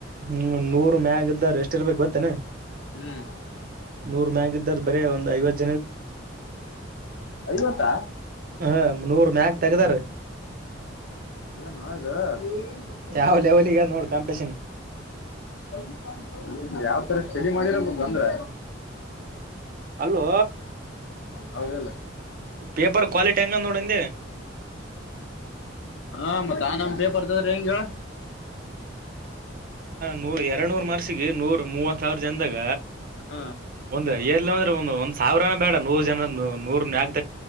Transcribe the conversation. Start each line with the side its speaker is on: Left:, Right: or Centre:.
Right: ನ ಮ ಎಷ್ಟ ಇರ್ಬೇಕು ಬತ್ತೇಾನನೆ
Left: ಹ್ಮ್
Right: ನೂರ್ ಮ್ಯಾಗ ಇದ್ದಾರ ಬರೇ ಒಂದು್ ಐವತ್ತು
Left: ಅಐವತ್ತಾ
Right: ಹ ನೂರ್ ಮ್ಯಾಗ ತೆಗ್ದಾರ
Left: ಏನ್ ಇ್ದ ಕ
Right: ಯಾವ ಲೆವೆಲ್ಗ ನೋಡ್ ಕಾಂಪಿಟೇಷನ್
Left: ಕೊಲ್ಲಿ ಯಾವ್ ತರ ಚಲಿ ಮಾಡಿರಬೇಕು ಅಂದ್ರ
Right: ಅಲೋ
Left: ಹೌದಲ್ಲ
Right: ಪೇಪರ್ ಕ್ವಾಲಿಟಿ ಹೆಂಗ ನೋಡಂದೆ
Left: ಹಾ ಮತ್ತತ್ ನಮ್ ಪೇಪರ್ತದ್ರ ಹೆಂಗ ಹೇಳ
Right: ನೂ ಎರಡ್ ನೂರ್ ಮರ್ಸಿಗೆ ನೂರ ಮೂವತ್ಾವ್ರ ಜನದಾಗ
Left: ಹ
Right: ಒಂದ ಎ ಒ ಒಂದ್ ಸಾವಿರನ ಬೇಡ ನೂರು ಜನ ನೂರ್ನ್ಕ